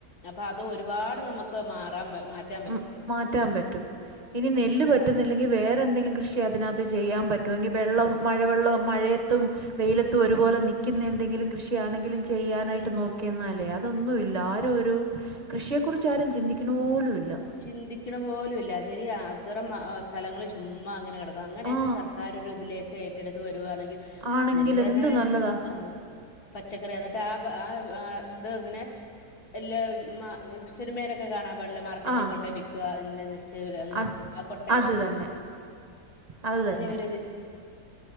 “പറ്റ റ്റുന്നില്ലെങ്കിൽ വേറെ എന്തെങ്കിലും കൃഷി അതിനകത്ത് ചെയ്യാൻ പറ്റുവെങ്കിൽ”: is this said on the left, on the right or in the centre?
Right